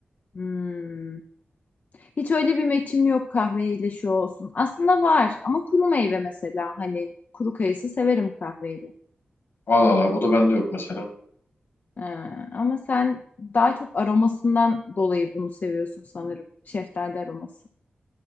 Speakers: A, on the left (about 50°); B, on the left (about 70°).
A: Hmm. Hiç öyle bir meçim yok kahveyle şu olsun. Aslında var ama kuru meyve mesela hani kuru kayısı severim kahveyle.
B: Al al al. O da bende yok mesela.
A: Ee, ama sen daha çok aromasından dolayı bunu seviyorsun sanırım. Şeftali aroması.